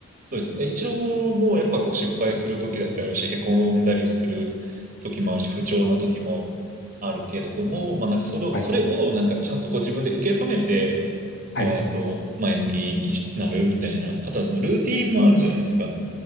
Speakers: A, on the right; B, on the left.
A: そうですね。イチローも、やっぱこう、失敗する時だってあるし、へこんだりする時もあるし、不調な時もあるけれども、まあなんか、その、
B: はい。
A: それを、なんか、ちゃんとこう、自分で受け止めて、
B: はい。
A: えっと、前向きになるみたいな。あとは、その、ルーティンもあるじゃないですか。